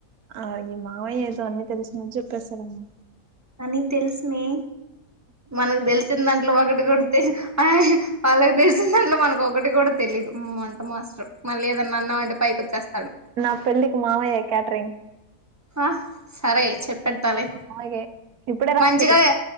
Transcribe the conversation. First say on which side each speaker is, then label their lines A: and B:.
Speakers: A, on the right (about 80°); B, on the right (about 20°).
A: ఆ ఈ మావయ్య ఏదో అన్న తెలిసినట్లు జెప్పేస్తాడమ్మా
B: అని తెలుసు మీ మనకు దెలిసిన దాంట్లో ఒకటి గూడ తెలియదు ఆహా వాళ్ళకి దెలిసిన దాంట్లో మనకు ఒకటి గూడా తెలీదు అమొంట మాస్టర్ మళ్ళీ ఏదన్నా అన్నామంటే పైకి వచ్చేస్తాడు
A: నా పెళ్ళికి మావయ్యే క్యాటరింగ్
B: ఆ సరే చెప్పెట్టాలి
A: మావయ్యే ఇప్పుడే రాసి
B: మంచిగా
A: పెట్టుకో.